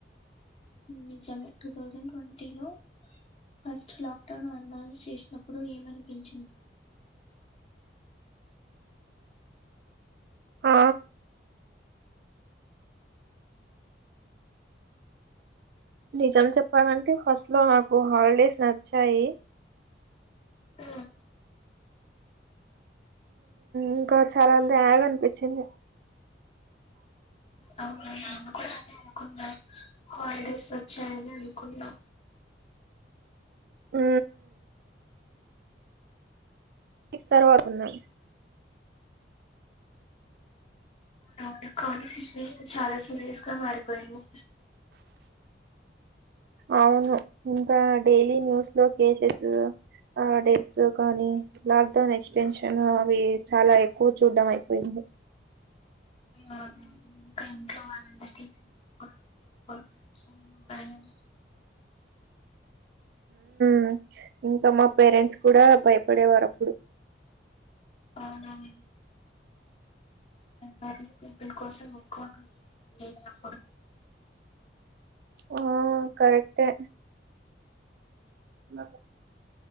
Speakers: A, on the left; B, on the right.
A: నిజమే టూ థౌజండ్ ట్వంటీ లో ఫస్ట్ లాక్డౌన్ అనౌన్స్ చేసినప్పుడు ఏమనిపించింది
B: ఆ నిజం చెప్పాలంటే ఫస్ట్ లో నాకు హాలిడేస్ నచ్చాయి
A: ఆ
B: ఇంకా చాలా అంటె ల్యాగ్ అనిపించింది <inaudible>
A: అవును నాను కూడ అదె అనుకున్నా హాలిడేస్ వచ్చాయని అనుకున్నా
B: <inaudible> ఉ క్ తర్వాతున్నా
A: అవునవును కానీ సిచ్యువేషన్ చాలా సీరియస్ గా మారిపోయింది
B: అవును ఇంక డైలీ న్యూస్ లో కేసెస్ ఆ డెట్స్ కానీ లాక్ డౌన్ ఎక్స్టెన్షన్ అవి చాల ఎక్కువ చూడ్డం అయిపోయింది <inaudible>
A: అవును ఇంకా ఇంట్లో వాళ్ళందరికీ తె టెంషన్ భయం
B: మ్ ఇంక మా పేరెంట్స్ కూడ భయపడేవారు అప్పుడు
A: అవునవును ఎ పీపిల్ కోసం ఉకువ కండప్పుడు
B: ఆ కరెక్టే ఇలాగ